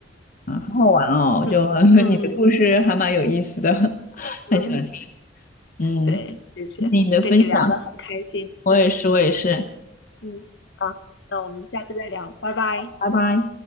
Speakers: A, on the left; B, on the left.
A: 啊，好好玩哦，
B: <laughs>
A: 就 <laughs>
B: 嗯，嗯
A: 你的故事还蛮有意思的，<laughs>
B: 嗯，
A: 很喜欢听。嗯，
B: 对，谢谢，
A: 谢谢你的分享，
B: 跟你聊得很开心，
A: 我也是，
B: 嗯。
A: 我也是。
B: 嗯，好，那我们下次再聊，拜拜。
A: 拜拜。